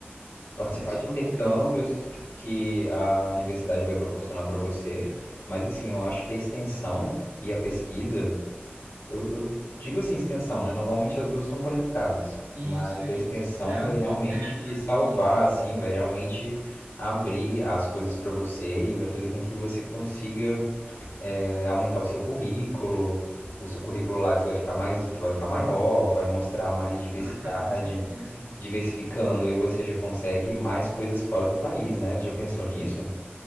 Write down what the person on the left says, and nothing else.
participar
de
intercâmbios
que a universidade vai proporcionar para você. Mas assim, eu acho que a extensão e a pesquisa Eu, eu digo assim, extensão, né? Normalmente as duas estão conectadas,
mas
a extensão
vai
realmente
salvar,
assim, vai realmente abrir as coisas para você e vai fazer com que você consiga é, aumentar o seu currículo, o seu currículo Lattes vai ficar mais, vai ficar maior, vai mostrar mais diversidade,
diversificando, aí você já consegue mais coisas fora do país, né? Você já pensou nisso?